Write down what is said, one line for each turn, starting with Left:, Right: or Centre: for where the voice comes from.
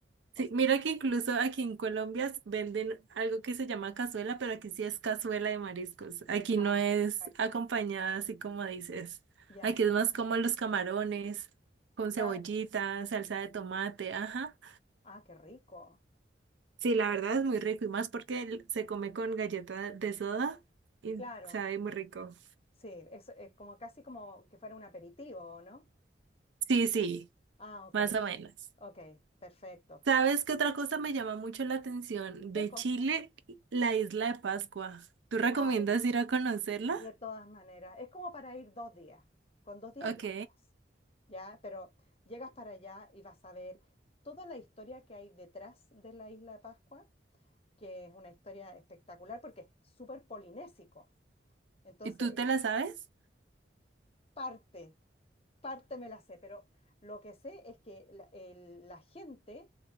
Left: O
Right: Sí,
Left: sea,
Right: mira que incluso aquí en Colombia venden algo que se llama cazuela, pero aquí sí es cazuela de mariscos. Aquí
Left: ah,
Right: no es
Left: perfecto.
Right: acompañada así como dices.
Left: Ya,
Right: Aquí es más como los camarones, con cebollita,
Left: claro.
Right: salsa de tomate, ajá.
Left: Ah, qué rico.
Right: Sí, la verdad
Left: Bien.
Right: es muy rico y más porque l- se come con galleta de soda y
Left: Claro,
Right: sabe muy rico.
Left: sí, es, es como casi como que fuera un aperitivo, ¿no?
Right: Sí, sí,
Left: Ah, ok,
Right: más o menos.
Left: ok, perfecto.
Right: ¿Sabes qué otra cosa me llama mucho la atención? De
Left: ¿Qué cosa?
Right: Chile, la isla de Pascua. ¿Tú recomiendas
Left: Ay,
Right: ir a conocerla?
Left: de todas maneras, es como para ir dos días. Con dos días
Right: Ok.
Left: ya estás, ¿ya? Pero llegas para allá y vas a ver toda la historia que hay detrás de la isla de Pascua, que es una historia espectacular porque es súper polinésico. Entonces,
Right: ¿Y tú te la sabes?
Left: es parte parte me la sé, pero lo que sé es que la, el- la gente,